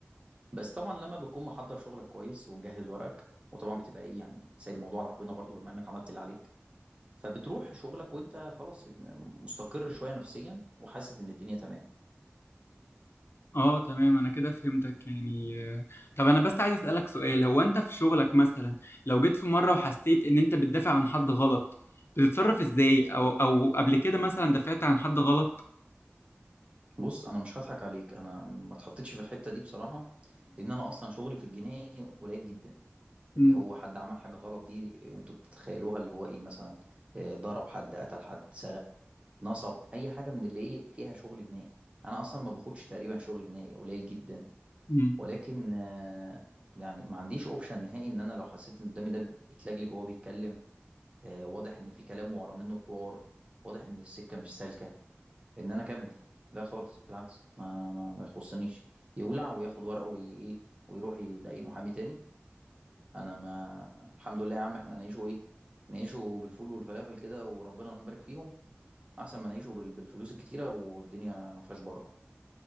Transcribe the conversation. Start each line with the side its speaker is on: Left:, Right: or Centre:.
Right: بس طبعا لما بتكون محضر شغلك كويس ومجهز ورقك وطبعا بتبقى ايه يعني سايب الموضوع على ربنا برضو بما انك عملت اللي عليك فبتروح شغلك وانت خلاص مستقر شويه نفسيا وحاسس ان الدنيا تمام
Left: اه تمام انا كده فهمتك يعني آه، طب انا بس عايز اسالك سؤال هو انت في شغلك مثلا لو جيت في مره وحسيت ان انت بتدافع عن حد غلط بتتصرف ازاي او او قبل كده مثلا دافعت عن حد غلط
Right: بص انا مش هضحك عليك انا ما اتحطيتش في الحته دي بصراحه لان انا اصلا شغلي في الجنائي قليل جدا
Left: مم.
Right: اللي هو حد عمل حاجه غلط دي انتوا بتتخيلوها اللي هو ايه مثلا آه، ضرب حد قتل حد سرق نصب اي حاجه من اللي ايه فيها شغل جنائي انا اصلا ما باخدش تقريبا شغل جنائي قليل جدا
Left: مم.
Right: ولكن آه، يعني ما عنديش اوبشن نهائي ان انا لو حسيت ان قدامي ده اتلجلج وهو بيتكلم آه، واضح ان في كلام ورا منه حوار واضح ان السكه مش سالكه ان انا اكمل لا خالص بالعكس ما ما, ما يخصنيش يولع وياخد ورقه وايه ويروح ي- لاي محامي تاني انا ما الحمد لله يا عم احنا نعيشه ايه نعيشه بالفول والفلافل كده وربنا يبارك فيهم احسن ما نعيشه بال- بالفلوس الكتيره والدنيا ما فيهاش بركه